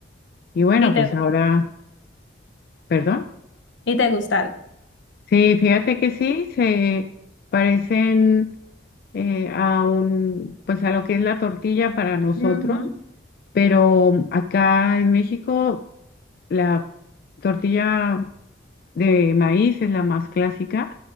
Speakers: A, on the left; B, on the left.
A: Y bueno,
B: Y te,
A: pues ahora, perdón.
B: y te gustaron.
A: Sí, fíjate que sí, se parecen eh, a un, pues a lo que es la tortilla para nosotros,
B: Ujú.
A: pero acá en México la tortilla de maíz es la más clásica,